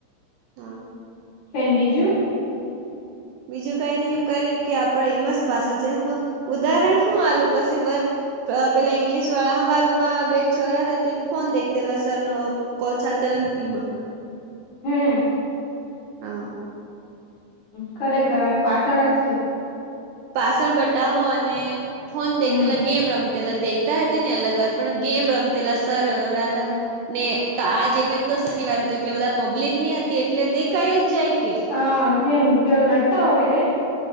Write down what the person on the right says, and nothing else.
હમ્મ
બીજું કઈ નહી એમ કય એમ કે આપ એમઝ પાસલ છે હું ઉદાહરણ હું આલુ પછી બન તઅ પેલા ઈંગ્લિશ વાળા, હામા રુમ્માં, બે છોરા થા તે ફોન દેખતેલ સરનો ઉપ કોલ ચાલતા રમતી મા
હા
પા્સલ બટાહો અને, ફોન દેખતેલ
ગેમ રમ પેલા દેખતા હતી ને અલગ વાત, પણ ગેમ રમતેલા સર રહતાને ને, કાજ મે તો શનિવાર હતો, એટલે બધા પબ્લિક ની હતી એટલે દેખાય જ જાય કે